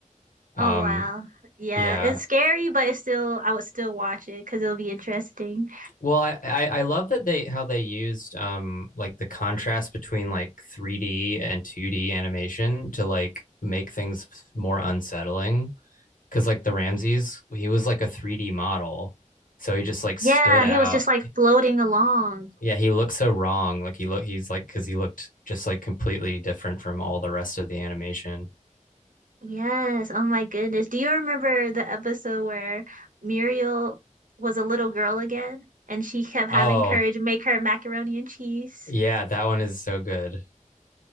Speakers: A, on the left; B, on the right.
A: Um
B: Oh wow, yeah,
A: yeah.
B: it's scary, but it's still I would still watch it because it'll be interesting.
A: Well, I I, I love that they how they used um like the contrast between like 3D and 2D animation to like make things more unsettling. Cause like the Ramses, he was like a 3D model. So he just like stood
B: Yeah,
A: out
B: he was just like floating along.
A: Yeah, he looks so wrong. Like he look he's like because he looked just like completely different from all the rest of the animation.
B: Yes, oh my goodness. Do you remember the episode where Muriel was a little girl again and she kept having
A: Oh,
B: courage make her macaroni and cheese?
A: yeah, that one is so good.